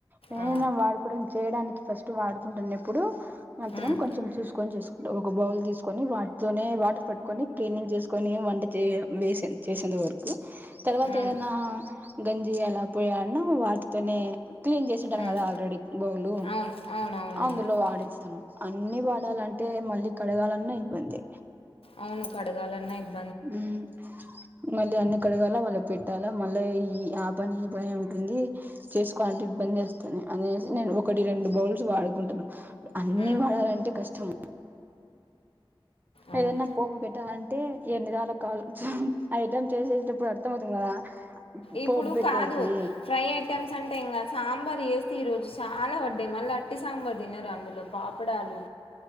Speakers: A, on the right (about 20°); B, on the left (about 90°).
A: ఇంగ
B: ఆ
A: ఏమైనా వాడుకోవడం చేయడానికి ఫస్ట్ వాడుకుంటున్నప్పుడు మాత్రం
B: ఉమ్
A: కొంచెం చూసుకొని చేసు ఒక బౌల్ తీసుకొని వాటితోనే వాటర్ పట్టుకొని క్లీనింగ్ చేసుకొని వంట చే వేస చేసేంత వరకు తర్వాత
B: అవును
A: ఏదన్ ఆ గంజి ఎలా పోయాడనో వాటితోనే క్లీన్ చేసింటాను
B: ఉమ్
A: కదా ఆల్రెడీ బౌలు
B: అవును అవునవునవును అవును
A: అందులో
B: అవును
A: ఆడేస్తాను అన్ని వాడాలంటే మళ్ళీ కడగాలన్నా ఇబ్బంది
B: అవును కడగాలన్నా ఇబ్
A: హ్మ్ మళ్ళీ అన్ని కడగాల వాళ్ళ పెట్టాలా మళ్ళీ ఈ ఆ పని ఈ పని ఉంటుంది చేసికోవాలంటే ఇబ్బంది వేస్తుంది అనేసి నేను ఒకటి రెండు బౌల్స్ వాడుకుంటాను అన్ని
B: ఉమ్
A: వాడాలంటే కష్టం.
B: అవును
A: ఏదన్నా పోపుబెట్టాలం ఎ ఎన్నిదళ్ళ కాల్లో చెప్పు ఐటమ్ చేసేసేటప్పుడు అర్థం అయితుంది కదా
B: ఇప్పుడు
A: పోపు పెట్టేకి
B: కాదు ఫ్రై ఐటమ్స్ అంటే ఇంగ సాంబార్ వేస్తే ఈ రోజు చాలా వడ్డాయి మళ్ళీ వట్టి సాంబార్ తినరు అందులో పాపడాలు